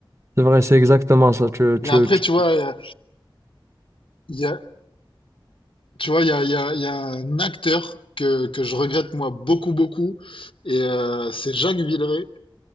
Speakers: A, on the right; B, on the left.
A: C'est vrai, c'est exactement ça. Tu,
B: Mais
A: tu,
B: après,
A: tu-
B: tu vois, euh, il y a, tu vois, il y a, il y a, il y a un acteur que, que je regrette moi beaucoup, beaucoup, et euh, c'est Jacques Villeray